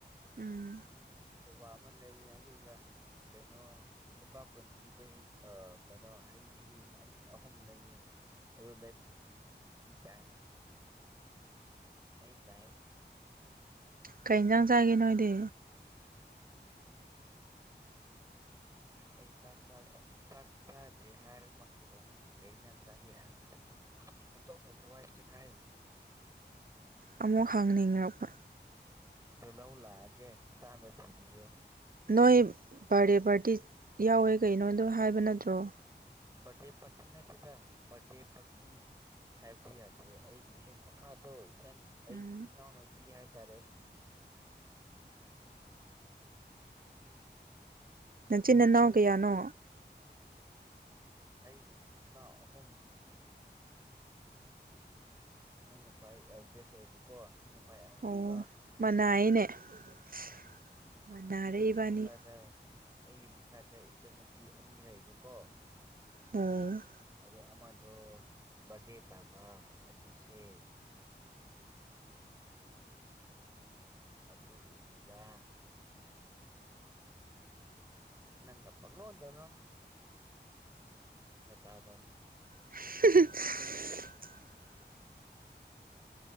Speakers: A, on the right; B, on the right.
A: ꯎꯝ
B: ꯕꯕꯥ ꯑꯃ ꯂꯩ ꯌꯥꯒꯤꯒ ꯀꯩꯅꯣ ꯂꯨꯄꯥ ꯀꯨꯟ ꯄꯤꯕ ꯀꯩꯅꯣ ꯍꯩ ꯃꯍꯤ ꯑꯅꯤ ꯑꯍꯨꯝ ꯂꯩꯌꯦ ꯑꯗꯨ ꯇ ꯃ ꯇ
A: ꯀꯩ ꯏꯟꯖꯥꯡ ꯆꯥꯏꯒꯦ ꯅꯣꯏꯗꯤ <unintelligible>
B: ꯑꯩ ꯆꯥꯛ ꯆꯥꯗꯦ ꯍꯥꯏꯔꯃꯛꯇꯨꯗ ꯅꯪꯅ ꯀꯩ ꯏꯟꯖꯥꯡ ꯆꯥꯒꯦ ꯍꯪꯉꯛꯄꯁꯤꯅ ꯑꯣ ꯇꯣ ꯊ ꯋꯥꯏꯁꯦ ꯀꯥꯏ
A: ꯑꯃꯨꯛ ꯍꯪꯅꯤꯡꯛꯄ
B: ꯑꯗꯨ ꯂꯧ ꯂꯥꯛꯑꯒꯦ ꯆꯥꯅ ꯊꯤꯕꯤꯌꯨ
A: ꯅꯣꯏ ꯕꯥꯔꯗꯦ ꯄꯥꯔꯇꯤ ꯌꯥꯎꯋꯦ ꯀꯩꯅꯣꯗꯣ ꯍꯥꯏꯕ ꯅꯠꯇ꯭ꯔꯣ
B: ꯕꯗꯦ ꯄꯇꯤ ꯅꯠꯇꯗ ꯕꯗꯦ ꯄꯇꯤ ꯍꯥꯏꯕꯗꯤ ꯌꯥꯗꯦ ꯑꯩꯒꯤ ꯍꯦꯛ ꯃꯈꯥꯗꯣ ꯏꯆꯟ ꯑꯩꯒꯤ
A: ꯎꯝ
B: ꯏꯅꯣꯅ ꯄꯤꯑꯥꯏ ꯇꯔꯦ
A: ꯅ ꯆꯤꯟꯟꯅꯅ
B: ꯑꯗꯨ
A: ꯀꯌꯥꯅꯣ
B: ꯑꯩ ꯏꯆꯅ ꯑꯍꯨꯝ ꯑꯩꯅ ꯈ꯭ꯋꯥꯏ ꯑꯦꯜꯗꯦꯁ ꯑꯣꯏꯕꯀꯣ ꯑꯩꯅ ꯈ꯭ꯋꯥꯏ ꯑꯍꯟ
A: ꯑꯣ
B: ꯑꯣꯏꯕ
A: <unintelligible>
B: ꯎꯝ
A: ꯃꯅꯥꯔꯦ
B: ꯑꯩꯒꯤ
A: ꯏꯕꯥꯅꯤ
B: ꯃꯈꯥꯗ ꯑꯩꯒꯤ ꯃꯈꯥꯗ ꯏꯆꯟꯅꯨꯄꯤ ꯑꯅꯤ ꯂꯩꯕꯀꯣ
A: ꯎꯝ
B: ꯑ ꯑꯃꯗꯣ ꯕꯗꯦ ꯇꯥꯕ ꯉꯁꯤꯁꯦ ꯑꯗꯨꯒꯤꯅꯦꯗꯥ ꯅꯪꯅ ꯄꯂꯣꯔ ꯇꯥꯗ
A: <unintelligible>